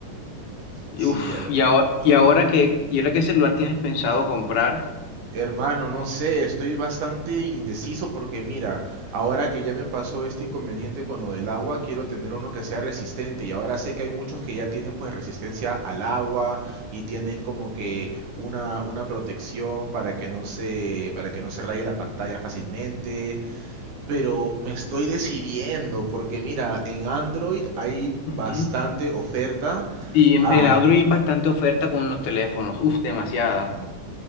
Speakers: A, on the left; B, on the right.
A: Y
B: Sí,
A: Uf,
B: hermano.
A: y ahora, y ahora qué, y ahora qué celular tienes pensado comprar?
B: Hermano, no sé, estoy bastante indeciso porque mira, ahora que ya me pasó este inconveniente con lo del agua, quiero tener uno que sea resistente y ahora sé que hay muchos que ya tienen pues resistencia al agua y tienen como que una, una protección para que no se, para que no se raye la pantalla fácilmente. Pero me estoy decidiendo porque mira, en Android hay
A: Ujú.
B: bastante oferta.
A: Sí, en,
B: ah,
A: en Android hay bastante oferta con los teléfonos, uf, demasiada.
B: ¿no?